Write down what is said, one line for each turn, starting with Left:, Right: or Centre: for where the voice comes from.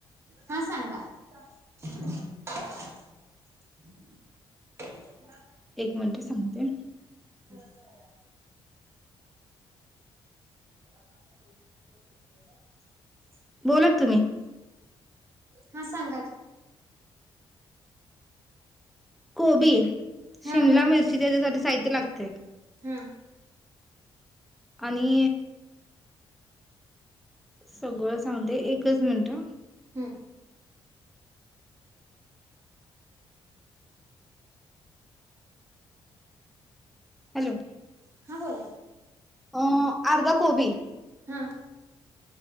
Right: हा <unintelligible>
Centre: एक मिनिट सांगते.
Right: <inaudible> <inaudible>
Centre: बोला, तुम्ही
Right: हा सांगा की,
Centre: कोबी,
Right: हा
Centre: शिमला मिर्ची त्यासाठी, साहित्य लागते
Right: हां
Centre: आणि सगळं सांगते एकच मिनटं
Right: हम
Centre: हॅलो
Right: हा बोला की
Centre: अं अर्धा कोबी
Right: ह